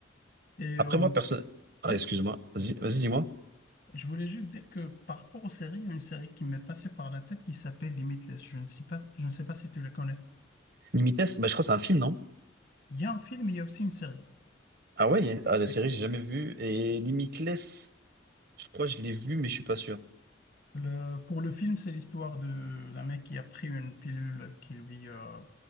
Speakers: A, on the left (about 55°); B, on the right (about 55°).
A: Et
B: Après,
A: euh,
B: moi, personne. Ah,
A: oui.
B: excuse-moi. Vas-y, vas-y, dis-moi.
A: Je voulais juste dire que par rapport aux séries, il y a une série qui m'est passée par la tête qui s'appelle Limitless. Je ne sais pas, je ne sais pas si tu la connais.
B: Limites, bah, je crois que c'est un film, non?
A: Il y a un film, il y a aussi une série.
B: Ah ouais, il y a- une- ah, la
A: Oui.
B: série, j'ai jamais vu. Et Limitless, je crois que je l'ai vu, mais je suis pas sûr.
A: Le- pour le film, c'est l'histoire de d'un mec qui a pris une pilule qui lui... euh,